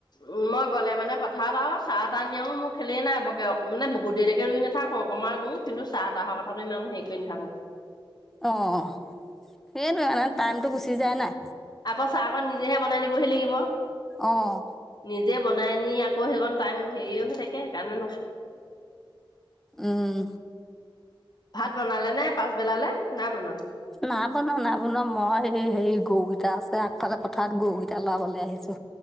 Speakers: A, on the left; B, in the centre.
A: উম, মই গ'লে মানে পথাৰত আৰু চাহ-তাহ নিয়াও মোৰ খেলেই নাই ৰবকে। অকমানো বহু দেৰিলেকে ৰুই নাথাকো <unintelligible> কিন্তু চাহ-তাহৰ কথাটো ইমান হেৰি কৰি নাথাকো।
B: অঁ সেইটোৱে মানে টাইমটো গুচি
A: উম,
B: যায় নাই
A: আকৌ চাহ অকণ নিজেহে বনাই নিবহি লাগিব।
B: অঁ
A: নি জেই বনাইনি আকৌ সেইকণ টাইম হেৰিয়ে হৈ থাকে সেকাৰণে
B: উম।
A: ভাত বনালে নে? পাছবেলালে? নাই বনোৱা?
B: নাই বনোৱা, নাই বনোৱা। মই এ হেই গৰুকেইটা আছে আগফালে পথাৰত, গৰুকেইটা লাৰাবলৈ আহিছো।